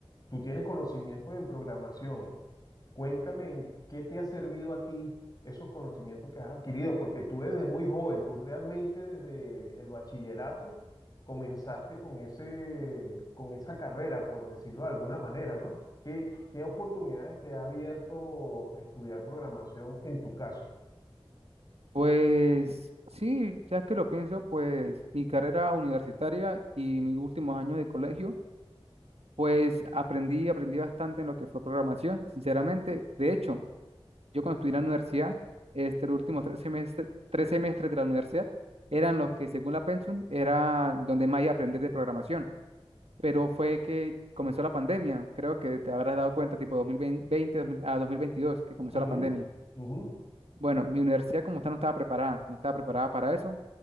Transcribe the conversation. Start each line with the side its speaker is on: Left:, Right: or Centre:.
Left: Tú tienes conocimientos en programación. Cuéntame en qué te ha servido a ti esos conocimientos que has adquirido, porque tú desde muy joven, tú realmente desde el bachillerato comenzaste con ese, con esa carrera, por decirlo de alguna manera, ¿no? ¿Qué, qué oportunidades te ha abierto estudiar programación en tu caso?
Right: Pues sí, ya que lo pienso, pues mi carrera universitaria y mis últimos años de colegio, pues aprendí, aprendí bastante en lo que fue programación, sinceramente. De hecho, yo cuando estudié en la universidad, este, los últimos tres semestres, tres semestres de la universidad eran los que, según la Pensum, era donde más iba a aprender de programación. Pero fue que comenzó la pandemia, creo que te habrás dado cuenta, tipo dos mil veinte dos mil a 2022 que comenzó
Left: Ujú,
Right: la pandemia.
Left: ujú.
Right: Bueno, mi universidad como tal no estaba preparada, no estaba preparada para eso,